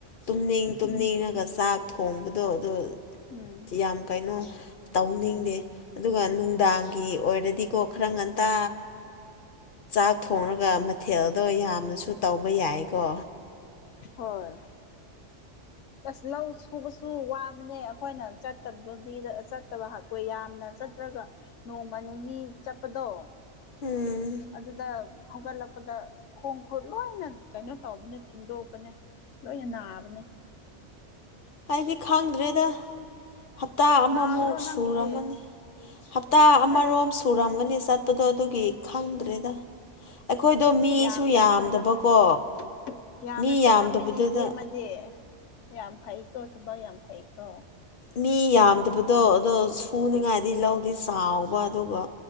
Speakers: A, on the left (about 60°); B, on the left (about 80°).
A: ꯇꯨꯝꯅꯤꯡ ꯇꯨꯝꯅꯤꯡꯉꯒ
B: ꯎꯝ
A: ꯆꯥꯛ ꯊꯣꯡꯕꯗꯣ ꯑꯗꯨ
B: ꯎꯝ
A: ꯌꯥꯝ ꯀꯩꯅꯣ ꯇꯧꯅꯤꯡꯗꯦ ꯑꯗꯨꯒ ꯅꯨꯡꯗꯥꯡꯒꯤ ꯑꯣꯏꯔꯗꯤꯀꯣ ꯈꯔ ꯉꯟꯇ ꯆꯥꯛ ꯊꯣꯡꯂꯒ ꯃꯊꯦꯜꯗꯣ ꯌꯥꯝꯅꯁꯨ ꯇꯧꯕ ꯌꯥꯏꯀꯣ
B: ꯍꯣꯏ ꯑꯁ ꯂꯧ ꯁꯨꯕꯁꯨ ꯋꯥꯕꯅꯦ ꯑꯩꯈꯣꯏꯅ ꯆꯠꯇꯕꯗ ꯆꯠꯇꯕꯄꯣꯏ ꯌꯥꯝꯅ ꯔꯒ ꯅꯣꯡꯃꯅꯤ ꯆꯠꯄꯗꯣ
A: ꯎꯝ
B: ꯑꯗꯨꯗ ꯍꯧꯒꯠꯂꯛꯄꯗ ꯈꯣꯡ ꯈꯨꯠ ꯂꯣꯏꯅ ꯀꯩꯅꯣ ꯇꯧꯕꯅ ꯊꯤꯟꯗꯣꯛ ꯅꯦ ꯂꯣꯏꯅ ꯅꯥꯕꯅꯦ
A: ꯍꯥꯏꯗꯤ ꯈꯪꯗ꯭ꯔꯦꯗ ꯍꯞꯇꯥ ꯑꯃꯃꯨꯛ
B: ꯅꯥꯗ꯭ꯔꯣ ꯅꯪꯒꯤꯗꯤ
A: ꯁꯨꯔꯝꯃꯅꯤ ꯍꯞꯇꯥ ꯑꯃꯔꯣꯝ
B: ꯑꯁ
A: ꯁꯨꯔꯝꯒꯅꯤ ꯆꯠꯄꯗꯣ ꯑꯗꯨꯒꯤ ꯈꯪꯗ꯭ꯔꯦꯗ ꯑꯩꯈꯣꯏꯗꯣ
B: ꯑꯁ
A: ꯃꯤꯁꯨ
B: ꯌꯥꯝꯅ
A: ꯌꯥꯝꯗꯕꯀꯣ
B: ꯆꯠꯂꯝꯃꯤꯅꯦ ꯌꯥꯝꯅ
A: ꯃꯤ
B: ꯆꯠꯂꯝꯃꯤꯅꯦ
A: ꯌꯥꯝꯗꯕꯗꯨꯗ
B: ꯏꯕꯦꯝꯃꯗꯤ ꯌꯥꯝ ꯐꯩꯀꯣ ꯊꯕꯛ ꯌꯥꯝ ꯐꯩꯀꯣ
A: ꯃꯤ ꯌꯥꯝꯗꯕꯗꯣ ꯑꯗꯣ ꯁꯨꯅꯤꯉꯥꯏꯗꯤ ꯂꯧꯗꯤ ꯆꯥꯎꯕ ꯑꯗꯨꯒ